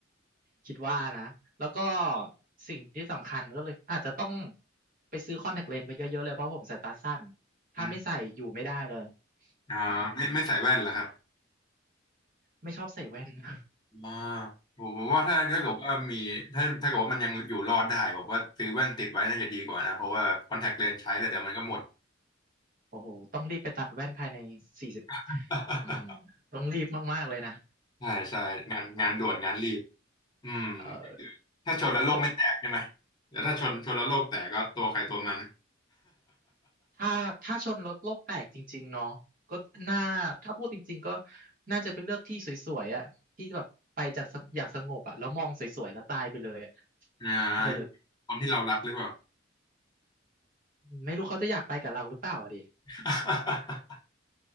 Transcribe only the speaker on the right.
คิดว่านะแล้วก็สิ่งที่สำคัญก็เลยอาจจะต้องไปซื้อคอนแทคเลนส์ไปเยอะๆเลยเพราะผมสายตาสั้นถ้าไม่ใส่อยู่ไม่ได้เลย
อืม ไม่ชอบใส่แว่น <laughs>
อ่าโอ้โหต้องรีบไปตัดแว่นภายในสี่สิบ
อืมต้องรีบมากๆ เลยนะ
เออ
แต่
ถ้าถ้าชนรถโลกแตกจริงๆ เนาะก็น่าถ้าพูดจริงๆ ก็น่าจะเป็นเลือกที่สวยๆอ่ะที่แบบไปจากสอย่างสงบอ่ะแล้วมองสวยๆแล้วตายไปเลยอ่ะ
เออไม่รู้เขาจะอยากไปกับเราหรือเปล่าอ่ะดิ